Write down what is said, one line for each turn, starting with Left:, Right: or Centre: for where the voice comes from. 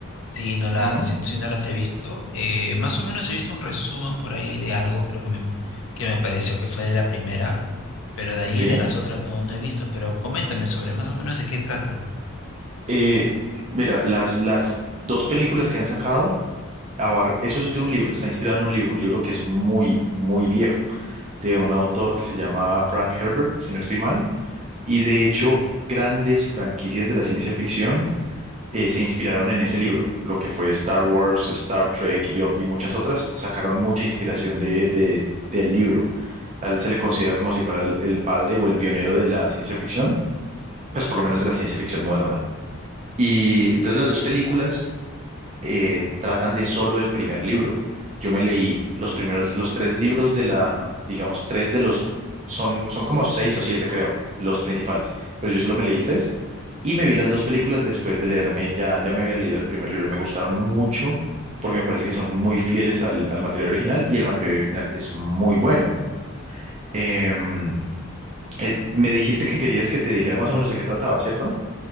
Left: si no las,
Right: Ujú,
Left: si, si no las he visto, eh, más o menos he visto un resumen por ahí de algo, creo que me, que me pareció que fue de la primera, pero de ahí
Right: sí.
Left: de las otras no, no he visto. Pero coméntame sobre más o menos de qué tratan.
Right: Eh, mira, las, las dos películas que han sacado, abar- eso es de un libro, está inspirado en un libro, un libro que es muy, muy viejo, de un autor que se llama Frank Herbert, si no estoy mal. Y de hecho, grandes franquicias de la ciencia ficción eh, se inspiraron en ese libro, lo que fue Star Wars, Star Trek y, ot- y muchas otras, sacaron mucha inspiración de, de- del libro. A él se le considera como si fuera el, el padre o el pionero de la ciencia ficción, pues por lo menos de la ciencia ficción moderna. Y entonces las dos películas eh, tratan de solo el primer libro. Yo me leí los primeros, los tres libros de la, digamos, tres de los, son, son como seis o siete, creo, los principales, pero yo solo me leí tres y me vi las dos películas después de leerme, ya, ya me había leído el primer libro, me gustaron mucho porque me parece que son muy fieles al, al material original y el material original es muy bueno. Em, eh, me dijiste que querías que te dijera más o menos de qué trataba, ¿cierto?